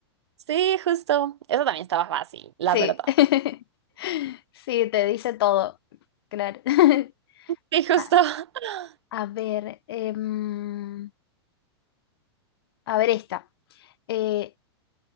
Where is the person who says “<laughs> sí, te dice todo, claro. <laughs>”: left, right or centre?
Left